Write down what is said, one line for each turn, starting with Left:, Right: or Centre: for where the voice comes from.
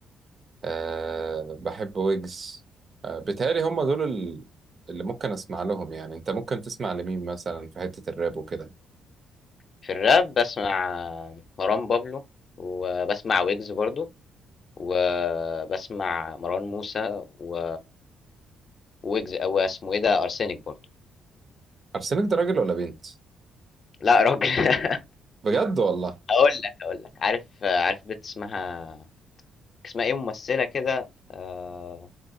Right: أه بحب ويجز أه بيتهيألي هم دول ال- اللي ممكن اسمع لهم يعني انت ممكن تسمع لمين مثلا في حتة الراب وكده
Left: في الراب باسمع مروان بابلو وباسمع ويجز برضه. وبسمع مروان موسى و ويجز أو اسمه إيه ده أرسنك برضه
Right: عارسنك ده راجل ولا بنت
Left: لا يا راجل <laughs>
Right: بجد والله
Left: هقول لك هقول لك عارف عارف بنت اسمها اسمها إيه ممثلة كده آه...